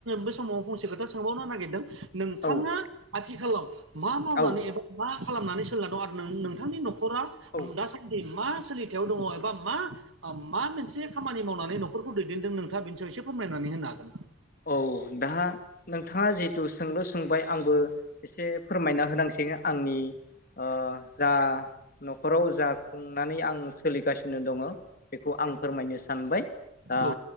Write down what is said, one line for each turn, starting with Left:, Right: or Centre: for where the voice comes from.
Right: बे समाव फंसे खोथा सोंबावनो नागिरदों नोंथाङा
Left: औ
Right: आथिखालाव मा मावनानै
Left: औ
Right: एबा मा खालामनानै सोलिना दं आरो नोंथांनि न'खरा
Left: औ
Right: दासान दि मा सोलिथायाव दङ एबा मा मा मोनसे खामानि मावनानै न'खरखौ दैदेनदों नोंथाङा बेनि सायाव एसे फोरमायनानै होनो हागोन ना?
Left: औ दा नोंथाङा जिहेथु सोंल' सोंबाय आंबो एसे फोरमायना होनांसिगोन आंनि ओ जा न'खराव जा खुंनानै आं सोलिगासिनो दङ बेखौ आं फोरमायनो सानबाय दा
Right: औ